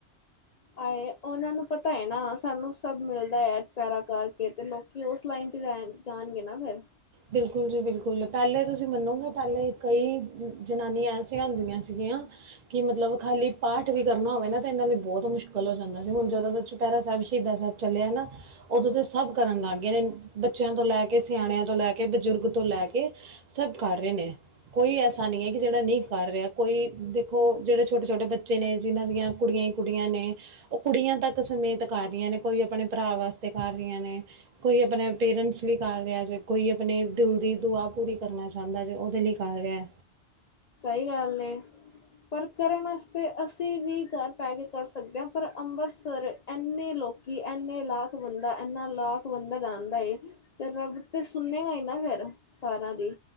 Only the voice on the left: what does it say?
ਆਏ ਓਨਾਂ ਨੂੰ ਪਤਾ ਐ ਨਾ ਸਾਨੂੰ ਸਭ ਮਿਲਦਾ ਐ ਚਪੈਰਾ ਕਰਕੇ ਤੇ ਲੋ ਕੀ ਓਸ ਲਾਈਨ ਤੇ ਜਾ ਜਾਣਗੇ ਨਾ ਫਿਰ।
ਸਈ ਗੱਲ ਏ। ਪਰ ਕਰਨ ਵਾਸਤੇ ਅਸੀਂ ਵੀ ਘਰ ਬੈ ਕੇ ਕਰ ਸਕਦੇ ਆ ਪਰ ਅੰਬਰਸਰ ਐਨੇ ਲੋਕੀ ਐਨੇ ਲਾਖ ਬੰਦਾ ਐਨਾ ਲਾਖ ਬੰਦਾ ਜਾਂਦਾ ਏ। ਤੇ ਰੱਬ ਤੇ ਸੁਨੇਗਾ ਈ ਨਾ ਫੇਰ ਸਾਰੇਆ ਦੀ।